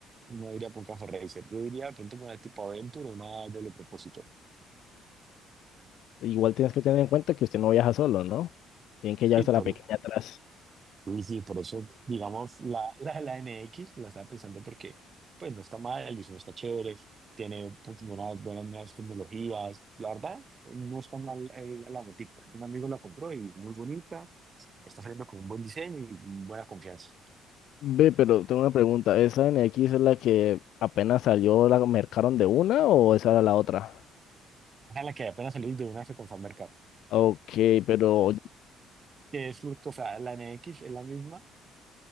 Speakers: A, on the right; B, on the left.
A: no iría por Café Racer, yo iría de pronto por una tipo Aventure o una doble propósito.
B: Igual tienes que tener en cuenta que usted no viaja solo, ¿no? Tienen que llevarse
A: Sí, por,
B: a la pequeña atrás.
A: sí, sí, por eso, digamos, la, la, la N X la estaba pensando porque, pues, no está mal, el diseño está chévere, tiene pues, buenas, buenas nuevas tecnologías, la verdad, no está mal eh, la botica. Un amigo la compró y muy bonita, está saliendo con un buen diseño y buena confianza.
B: Ve, pero tengo una pregunta. ¿Esa N X es la que apenas salió, la mercaron de una o esa era la otra?
A: Ojalá que apenas salir de una se con Fan Mercado.
B: Ok, pero...
A: que es, o sea, la N X es la misma